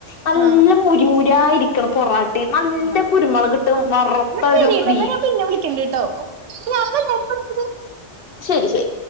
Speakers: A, on the left; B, on the right.
A: നല്ല
B: ആ
A: മുര്മുരാ ഇരിക്ക്ണ പൊറാ ട്ടിം നല്ല
B: ആ
A: കുരുമൊളക് ട്ട് വർത്തൊരു
B: എന്നാ ശരി കേട്ടോ
A: ബീ
B: എന്നാ ഞാൻ പിന്നെ വിളിക്കണ്ട് കേട്ടോ ഞാനല്ലേ കൊടുത്തത്
A: ശരി ശരി